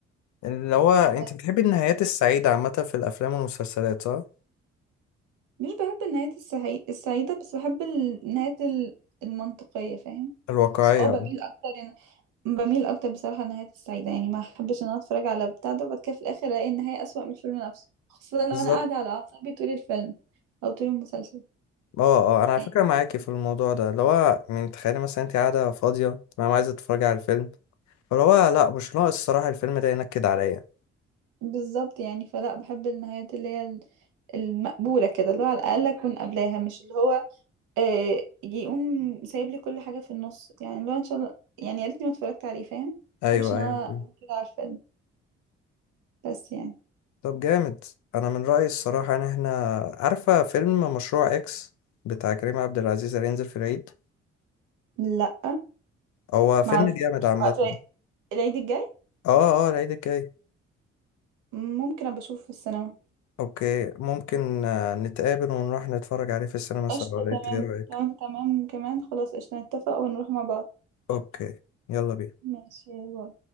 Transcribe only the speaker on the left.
اللي هو انت
بتحبي النهايات السعيدة عامة في الأفلام والمسلسلات صح؟
الواقعية
بالظبط
اه اه انا على
فكرة معاكي في الموضوع ده اللي هو من تخيلي مثلا انت قاعدة فاضية تمام عايزة تتفرجي على الفيلم فاللي هو لا مش ناقص الصراحة الفيلم ده ينكد عليا
ايوه
ايوه
فيلم.
طب جامد انا من رأيي الصراحة ان احنا عارفة فيلم مشروع اكس بتاع كريم عبد العزيز اللي هينزل في العيد
هو فيلم
جامد عامة
اه اه العيد الجاي
اوكي ممكن آه، نتقابل ونروح نتفرج عليه في السينما سوا
ولا
انت ايه رأيك
اوكي يلا بينا